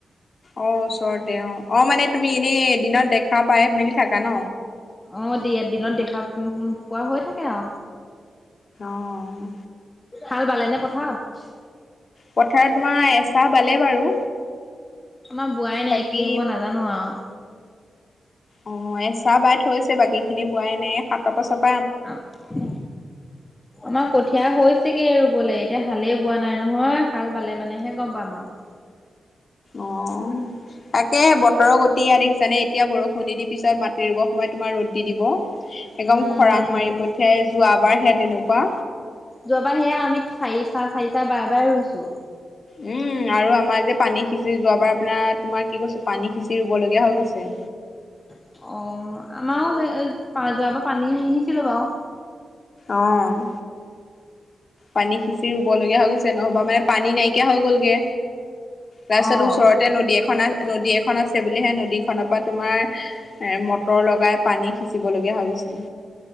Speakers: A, on the left (about 40°); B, on the left (about 20°).
A: অ' ওচৰতে অঁ। অঁ মানে তুমি এনেই দিনত দেখা পাই মেলি থাকা ন?
B: অ দিয়াত-দিনত দেখা-পোৱা হৈ থাকে আও।
A: অ'
B: হাল বালেনে পথাৰত?
A: পথাৰত তোমাৰ এচাহ বালে বাৰু!
B: আমাৰ বোৱাই
A: বাকী
B: নাই, কি হব নাজানোঁ আও।
A: অঁ এচাহ বাই থৈছে বাকী খিনি বোৱাই নাই। এ' সাতৰ পাছত
B: আম্‌- আমাৰ কঠীয়া হৈছ তিকেই ৰুবলে। এতিয়া হালেই বোৱা নাই নহয়, হাল বালে মানেহে গম পাম আও।
A: অঁ, তাকেহে বতৰৰ গতি এইয়া দেখিছানে এতিয়া বৰষুণ দি দি পিছত মাটি ৰুব সময় তোমাৰ ৰ'দ দি দিব এগং
B: উম
A: খৰাং
B: সেইটোয়েতো
A: মাৰি পঠিয়াই যোৱাবাৰ সেয়া তেনেকুৱা
B: যোৱাবাৰ সেয়া আমি চাৰি চাহ চাৰি চাহ বাই বাই ৰুইছো
A: উম্‌'- আৰু আমাৰ যে পানী সিঁচি যোৱাবাৰ আপোনাৰ, তোমাৰ কি কৈছোঁ, পানী সিঁচি ৰুব লগীয়া হৈ গৈছে।
B: অ', আমাও হেই-পা-যোৱাবাৰ পানী আহিছিলে বাও।
A: অঁ- পানী সিঁচি ৰুব লগীয়া হৈ গৈছে। নহ'বা আমা ইয়াত পানী নাইকিয়া হৈ গ'লগে। তাৰছত
B: অ
A: ওচৰতে নদী এখন আছ্‌ নদী এখন আছে বুলিহে, নদীখনপা তোমাৰ- মটৰ লগাই পানী সিঁচিবলগীয়া হৈ গৈছে।